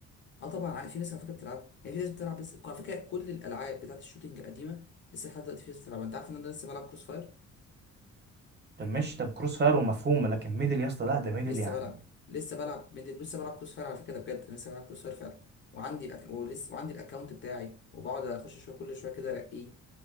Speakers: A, on the left; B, on the right.
A: اه طبعا عارف في ناس على فكره بتلعب يعني في ناس بتلعب بس على فكره كل الالعاب بتاعت الشوتينج القديمه لسه لحد دلوقتي في ناس بتلعبها انت عارف ان انا لسه بلعب كروس فاير
B: طب ماشي طب كروس فاير ومفهومه لكن ميدل يا اسطى لا ده ميدل
A: لسه
B: يعني
A: بلعب لسه بلعب ميدل لسه بلعب كروس فاير على فكره ده بجد أنا لسه بلعب كروس فاير فعلا وعندي الأك... ولسه وعندي الاكونت بتاعي وبقعد اخش شويه كل شويه كده ارقيه